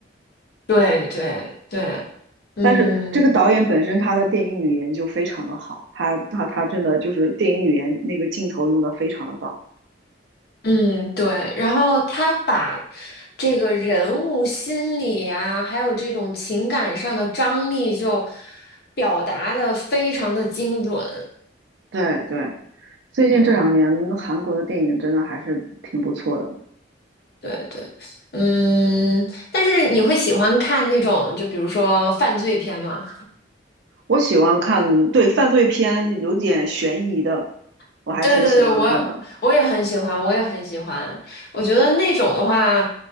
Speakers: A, on the left; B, on the right.
A: 对对对，嗯
B: 但是这个导演本身他的电影语言就非常的好，他他他真的就是电影语言那个镜头用的非常的棒。
A: 嗯对。然后他把这个人物心理啊，还有这种情感上的张力就表达的非常的精准。
B: 对对，最近这两年韩国的电影真的还是挺不错的，
A: 嗯，对对，嗯，但是你会喜欢看那种，就比如说犯罪片吗？
B: 我喜欢看，对，犯罪片有点悬疑的，
A: <laughs>
B: 我还挺喜欢看的。
A: 对对对，我也我也很喜欢，我也很喜欢。我觉得那种的话，